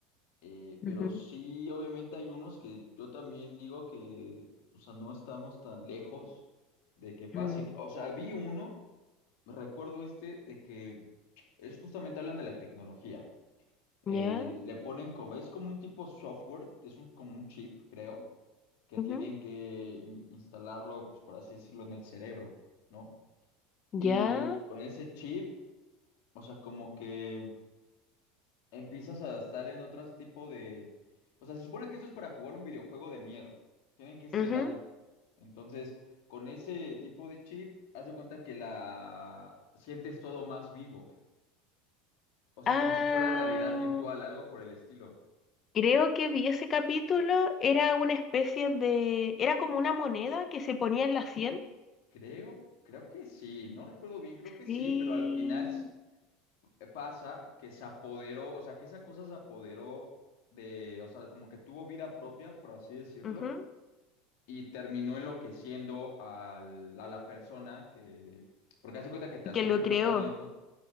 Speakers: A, on the left; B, on the left.
A: Eh,
B: Ujú,
A: pero sí, obviamente hay unos que yo también digo que, o sea, no estamos tan lejos de que pase.
B: mm,
A: O sea, vi uno, recuerdo este, de que es justamente hablan de la tecnología. Eh,
B: Ya,
A: le ponen como, es como un tipo software, es un, como un chip, creo, que
B: ujú,
A: tienen que in- instalarlo, pues, por así decirlo, en el cerebro, ¿no? Y
B: ya,
A: con ese chip, o sea, como que empiezas a estar en otro tipo de... O sea, se supone que esto es para jugar un videojuego de miedo. Tienen que estrenarlo.
B: ujú.
A: Entonces, con ese tipo de chip, haz de cuenta que la sientes todo más vivo. O sea,
B: Ah,
A: como si fuera realidad virtual, algo por el estilo.
B: creo que vi ese capítulo, era una especie de, era como una moneda que se ponía en la 100.
A: Creo, creo que sí, no recuerdo bien, creo que sí,
B: Sí,
A: pero al final s- eh, pasa que se apoderó, o sea, que esa cosa se apoderó de, o sea, como que tuvo vida propia, por así decirlo.
B: ujú,
A: y terminó enloqueciendo al- a la persona que, porque hace cuenta que te hacían
B: Que lo
A: firmar
B: creó.
A: también, un con-